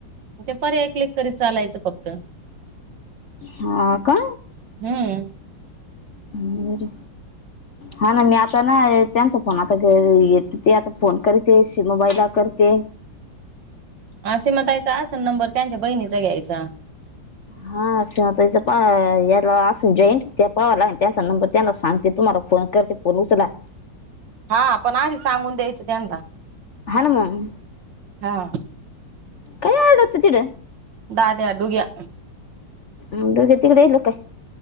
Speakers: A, on the right; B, on the left.
A: ते पर्याय क्लिक करीत चालायचं फक्त.
B: हा का
A: हम्म.
B: बर हा ना मी आता ना त्यांचा फोन आता घर य ते आता फोन करते. स मोबाईला करते.
A: आ सिमताईचां असन नंबर- त्यांच्या बहिणीचा घ्यायचा.
B: हा असत्यात पा याला असून जॉईंट, त्या पावा लागन त्यांचा नंबर त्यांना सांगते. तुम्हाला फोन करते. फोन उचला.
A: हा आपण आधी सांगून द्यायचं त्यांनला.
B: हा ना मंग
A: हा
B: काय आर्डत तिकडं?
A: आ ते डुग्या.
B: म डुग्या तिकडं येल काय?